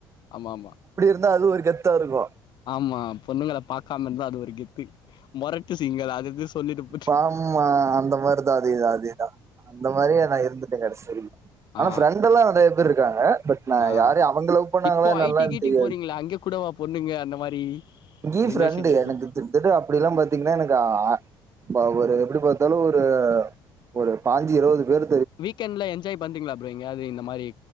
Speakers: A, on the left (about 60°); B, on the right (about 35°).
A: ஆமா ஆமா
B: நல்லா அது ஒரு கெத்தா இருக்கு
A: ஆமா பொண்ணுங்கள பாக்காம இருந்தா அது ஒரு கெத்து மொரட்டு சிங்கள் அது இது சொல்லிட்டுப்
B: பாம்மா அந்த மாரிதா அதேதா அதேதா அந்த மாரியே நா இருந்துட்டே கடசிவரைங் ஆனா
A: ஆ ஆ
B: ஃப்ரெண்ட்டெல்லா நெறைய பேர் இருக்காங்க பட் நான்
A: ஆ
B: யாரையு அவங்க லவ் பண்ணாங்களா
A: இப்போ
B: என்னல்லா
A: ஐ டி கீட்டி
B: தெரியாது
A: போறீங்களா அங்க கூடவா பொண்ணுங்க அந்த மாரி
B: டீப்
A: ரிலேஷன்ஷிப்ல
B: ஃப்ரெண்டு எனக்கு கிட்டத்தட்ட அப்டில்லா பாத்தீங்கன்னா எனக்கு ஆ இப்ப ஒரு எப்டி பாத்தாலு ஒரு ஒரு பாஞ்சி இருவது பேரு
A: வீக்கெண்ட்ல என்ஜாய் பண்றீங்களா ஃப்ரோ எங்கயாவது இந்த மாரி